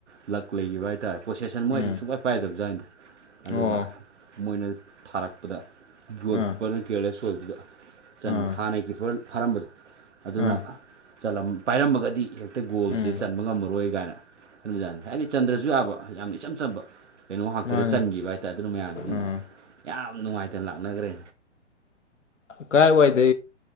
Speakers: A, on the right (about 70°); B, on the left (about 80°).
A: ꯂꯛ ꯂꯩꯈꯤꯕ ꯍꯥꯏꯇꯥꯥꯔꯦ ꯄ꯭ꯔꯣꯁꯦꯁꯟ ꯃꯣꯏꯗ
B: ꯎꯝ
A: ꯑꯗꯨꯝ ꯁꯨꯡꯀꯥꯏ ꯄꯥꯏꯗꯕꯖꯥꯅꯗ ꯑꯗꯨꯒ
B: ꯑꯣ
A: ꯃꯣꯏꯅ ꯊꯥꯔꯛꯄꯗ ꯒꯣꯜ
B: ꯑꯥ
A: ꯀꯤꯞꯄꯔꯅ ꯀꯤꯌꯔꯂꯦꯁ ꯑꯣꯏꯕꯗꯨꯗ ꯆꯟꯕ
B: ꯑꯥ
A: ꯍꯥꯟꯅꯒꯤ ꯀꯤꯞꯄꯔ ꯐꯥꯔꯝꯕꯗꯣ ꯑꯗꯨꯅ
B: ꯑꯥ
A: ꯂꯝ ꯄꯥꯏꯔꯝꯃꯒꯗꯤ ꯍꯦꯛꯇ ꯒꯣꯜꯁꯦ
B: ꯎꯝ
A: ꯆꯟꯕ ꯉꯝꯃꯔꯣꯏ ꯀꯥꯏꯅ ꯃꯤꯗꯥꯅꯤ ꯍꯥꯏꯗꯤ ꯆꯟꯗ꯭ꯔꯁꯨ ꯌꯥꯕ ꯌꯥꯝ ꯏꯆꯝ ꯐꯆꯕ ꯀꯩꯅꯣ ꯉꯥꯛꯇꯗ
B: ꯃꯥꯅꯦ
A: ꯆꯟꯈꯤꯕ ꯍꯥꯏꯇꯥꯔꯦ ꯑꯗꯨꯅ ꯃꯌꯥꯝꯁꯤꯅ
B: ꯑꯥ
A: ꯌꯥꯝ ꯅꯨꯡꯉꯥꯏꯇꯅ ꯂꯥꯛꯅꯈ꯭ꯔꯦ
B: ꯀꯥꯏꯋꯥꯏꯗ